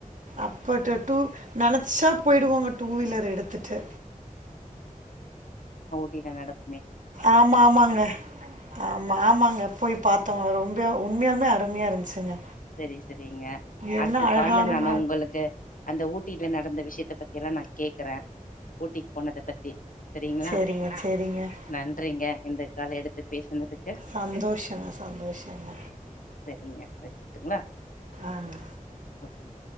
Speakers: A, on the right; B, on the left.
A: அப்பட்டு டு நினைச்சா போயிடுவோங்க டூ வீலர் எடுத்துட்டு
B: பின்னா நடத்
A: ஆமா ஆமாங்க ஆமா ஆமாங்க போய் பார்த்தோம் ரொம்ப உண்மையாலுமே அருமையா இருந்துச்சுங்க
B: சரி சரிங்க
A: என்ன
B: அடுத்த
A: அழகான
B: காலல நானும்
A: மலை.
B: உங்களுக்கு அந்த ஊட்டியில நடந்து வி சீத்த பத்தி எல்லாம் நா கே க்கறேன் ஊட்டிக்கு போனத பத்தி சரிங்களா
A: சரிங்க, சரிங்களா? சரிங்க.
B: நன்றிங்க இந்த கால எடுத்து பேசனதுக்கு
A: சந்தோஷங்க, சந்தோஷங்க.
B: சரிங்க வச்சு என்
A: ஆங்க.
B: டும்